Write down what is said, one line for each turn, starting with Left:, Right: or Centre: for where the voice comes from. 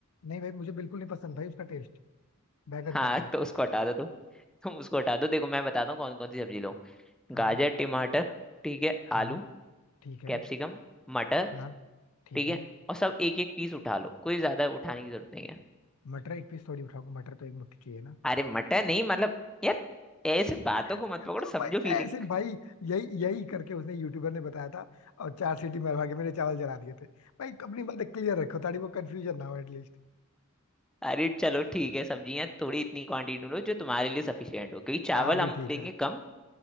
Left: नहीं भाई मुझे बिल्कुल नहीं पसंद भाई उसका टेस्ट बैगन
Centre: हाँ
Left: का तो
Centre: तो उसको हटा दो तुम तुम उसको हटा दो देखो मैं बताता हूँ कौन कौन सी सब्जी लो
Left: हाँ
Centre: गाजर टमाटर ठीक है आलू
Left: हाँ ठीक है
Centre: कैप्सिकम मटर
Left: हाँ ठीक
Centre: ठीक
Left: है
Centre: है और सब एक एक पीस उठा लो कोई ज्यादा उठाने की जरूरत नहीं है
Left: मटर एक पीस थोड़ी उठाऊंगा मटर तो एक मुट्ठी चाहिए ना
Centre: अरे मटर नहीं मतलब यार ऐसे बातों को
Left: <laughs>
Centre: मत पकड़ो
Left: तो
Centre: समझो
Left: भाई
Centre: फीलिंग
Left: ऐसे भाई यही यही करके उसने यूट्यूबर ने बताया था और चार सीटी मरवा के मेरे चावल जला दिए थे भाई अपनी बातें क्लियर रखो ताकि वो कंफ्यूजन ना हो एटलीस्ट
Centre: अरे चलो ठीक है सब्जियां थोड़ी इतनी क्वांटिटी में लो जो तुम्हारे लिए सफिशियंट हो क्योंकि चावल
Left: हाँ अभी
Centre: हम
Left: ठीक
Centre: लेंगे
Left: है
Centre: कम